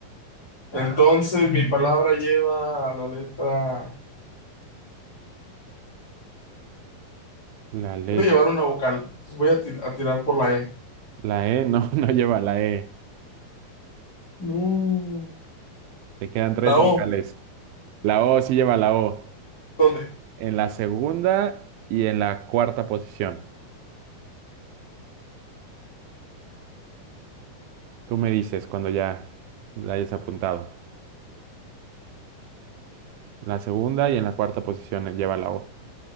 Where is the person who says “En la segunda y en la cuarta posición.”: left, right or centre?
Right